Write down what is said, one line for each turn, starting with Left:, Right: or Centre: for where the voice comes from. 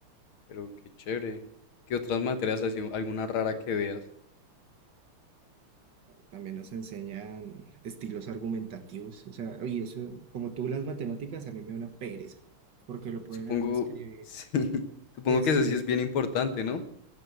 Left: Pero qué chévere. ¿Qué otras materias así, alguna rara que veas?
Right: También nos enseñan estilos argumentativos, o sea, y eso, como tú las matemáticas, a mí me da una pereza, porque lo ponen
Left: Supongo,
Right: a uno a escribir
Left: <laughs> sí, supongo
Right: y escriba.
Left: que eso sí es bien importante, ¿no?